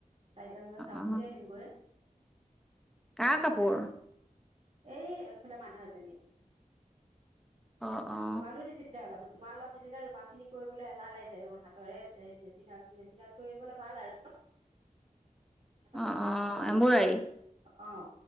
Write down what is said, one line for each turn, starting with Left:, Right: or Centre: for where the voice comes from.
Right: চাৰিটামান বজাত চাউল
Centre: অ
Right: খিনি লৈ আনিম গৈ,
Centre: কা
Right: সেই
Centre: কাপোৰ
Right: সেইকাৰণে এই এইফালে মানুহ এজনী
Centre: অ অ।
Right: ৰুমালো দিছিলে অলপ ৰুমাল অলপ দিছিলে ৰুমাল খিনি কৰিবলৈ এলাহ লাগিছে, হাতেৰে মেচিনত মেচিনত কৰিবলে ভাল আৰু, তাৰপিছত
Centre: অ
Right: মই বেলেগক
Centre: অ
Right: দি
Centre: এম্ব্ৰইডাৰী
Right: দিলো। অঁ